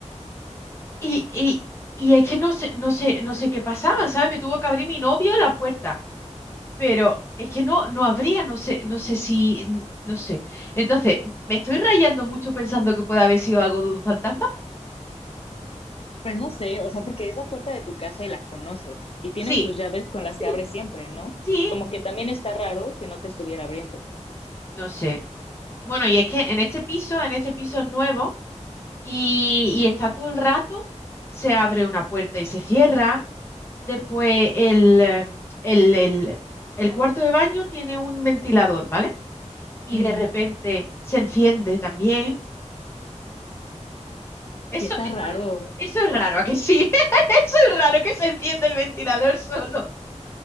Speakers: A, on the left (about 20°); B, on the left (about 50°).
A: Y, y, y es que no sé, no sé, no sé qué pasaba, ¿sabes? Me tuvo que abrir mi novio la puerta. Pero es que no, no habría, no sé, no sé si, n- no sé. Entonces, ¿me estoy rayando mucho pensando que puede haber sido algo de un fantasma?
B: Pues no sé, o sea, porque es la puerta de tu casa y la conoces y tienes
A: Sí,
B: tus llaves con las
A: sí,
B: que abres siempre, ¿no?
A: sí,
B: Como que también está raro que no te estuviera abriendo.
A: no sé. Bueno, y es que en este piso, en este piso es nuevo y, y está todo el rato, se abre una puerta y se cierra. Después el, em, el, el, el cuarto de baño tiene un ventilador, ¿vale? Y
B: Mm,
A: de repente se enciende también. Eso,
B: sí está
A: eso
B: raro.
A: eso es raro, ¿a que sí? <laughs> Eso es raro que se encienda el ventilador solo.